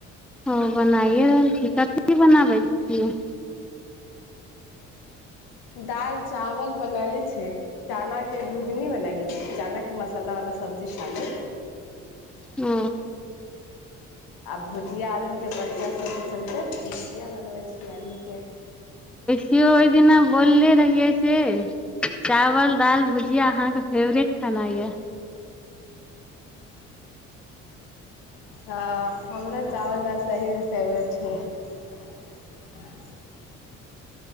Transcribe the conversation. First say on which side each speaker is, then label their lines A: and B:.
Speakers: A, in the centre; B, on the left.
A: ओ बनाइए रहल छी कथी बनाबै छियै
B: दाल चावल बनाली छी छी चना के घूघनी बनैले छी चना के मसाला वाला सब्जी खाली
A: ओ
B: आ भुजिया आलू के बच्चा सबके चलते भुजिया बना बनबै छिये आलू के
A: कि‌यो ओय दिना बोलले रहिये से चावल दाल भुजिया भुजिया आहांँ के फेवरेट खाना य
B: हँ हमरा चावल दालि सहीमे फेवरेट हिये <unintelligible>